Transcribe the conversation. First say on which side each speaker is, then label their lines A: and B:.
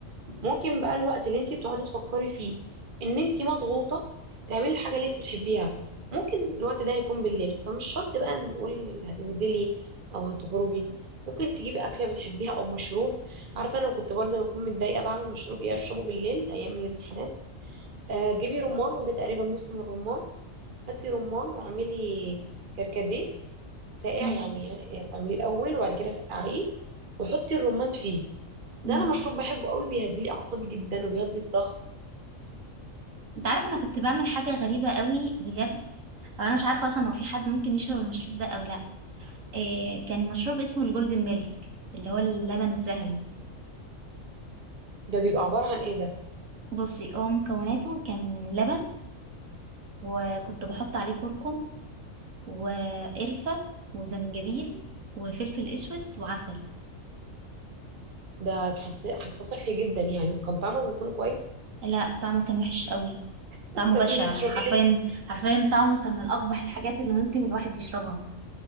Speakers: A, on the right; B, on the right.
A: ممكن بقى الوقت اللي انت بتقعدي تفكري فيه ان انت مضغوطه تعملي الحاجه اللي انت بتحبيها ممكن الوقت ده يكون بالليل فمش شرط بقى نقول هتنزلي او هتخرجي ممكن تجيبي اكله بتحبيها او مشروب عارفه انا كنت برضه بكون متضايقه بعمل مشروب ايه اشربه بالليل ايام الامتحانات آه جيبي رمان وده تقريبا موسم الرمان هاتي رمان واعملي كركديه ساقع
B: مم.
A: يعني اعمليه الاول وبعد كده سقعيه وحطي الرمان فيه
B: مم.
A: ده انا مشروب بحبه قوي بيهدي لي اعصابي جدا وبيهدي الضغط
B: انت عارف انا كنت بعمل حاجه غريبه قوي بجد أو انا مش عارفه اصلا هو في حد ممكن يشرب المشروب ده او لا إيه كان مشروب اسمه الجولدن ميلك اللي هو اللبن الذهبي
A: ده بيبقى عباره عن ايه ده
B: بصي هو مكوناته كان لبن وكنت بحط عليه كركم وقرفه وزنجبيل وفلفل اسود وعسل
A: ده تحس- حساسه صحي جدا يعني كان طعمه بيكون كويس
B: لا طعمه كان وحش قوي
A: <laughs>
B: طعمه
A: طب
B: بشع
A: انت بتشربيه
B: حرفيا
A: ليه
B: حرفيا طعمه كان من اقبح الحاجات اللي ممكن الواحد يشربها